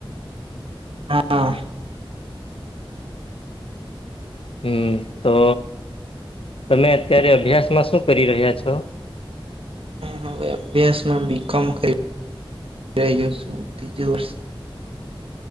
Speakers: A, on the right (about 75°); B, on the left (about 75°).
A: હા
B: હમ તો તમે અત્યારે અભ્યાસમાં શું કરી રહ્યા છો?
A: હવે અભ્યાસમાં બી કોમ કરી રહ્યો છું ત્રીજું વર્ષ.